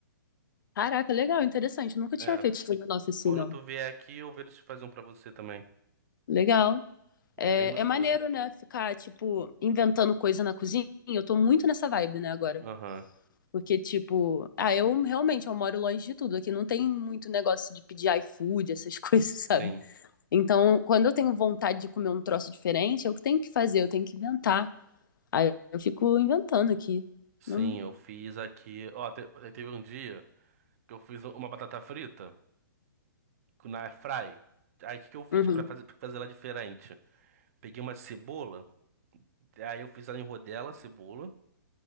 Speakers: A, on the left; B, on the right.
A: Caraca, legal, interessante. Nunca tinha
B: É.
A: feito estudo na oficina.
B: Quando tu vier aqui, eu vejo se faz um pra você também.
A: Legal. É,
B: É bem gostoso.
A: é maneiro, né? Ficar, tipo, inventando coisa na cozinha. Eu tô muito nessa vibe, né, agora.
B: Aham.
A: Porque, tipo, ah, eu realmente eu moro longe de tudo. Aqui não tem muito negócio de pedir iFood, essas <laughs> coisas, sabe?
B: Sim.
A: Então, quando eu tenho vontade de comer um troço diferente, é o que tenho que fazer, eu tenho que inventar. Aí eu fico inventando aqui.
B: Sim,
A: Hum,
B: eu fiz aqui. Ó, te- teve um dia que eu fiz uma batata frita na air fry. Aí o que que eu fiz
A: Uhum,
B: pra fazer, pra fazer ela diferente? Peguei uma cebola, aí eu fiz ela em rodela, cebola,